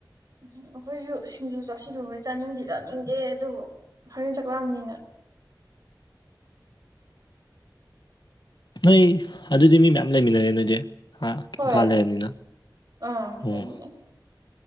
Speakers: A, on the right (about 50°); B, on the left (about 70°).
A: ꯎꯝ ꯑꯩꯈꯣꯏꯁꯨ ꯁꯤꯡꯖꯨ ꯆꯥꯁꯤꯜꯂꯨꯕꯩ ꯆꯥꯅꯤꯡꯗꯤ ꯆꯥꯅꯤꯡꯗꯦ ꯑꯗꯨꯕꯨ ꯍꯣꯔꯦꯟ ꯆꯥꯛꯂꯥꯝꯅꯤꯅ
B: <inaudible> ꯅꯣꯏ ꯑꯗꯨꯗꯤ ꯃꯤ ꯃꯌꯥꯝ ꯂꯩꯃꯤꯟꯅꯔꯦ ꯅꯣꯏꯗꯤ ꯍꯥ
A: ꯍꯣꯏ
B: ꯏꯝꯐꯥꯜ ꯂꯩꯔꯕꯅꯤꯅ
A: ꯑꯥ
B: ꯑꯣ
A: ꯂꯩꯃꯤꯟꯅꯩ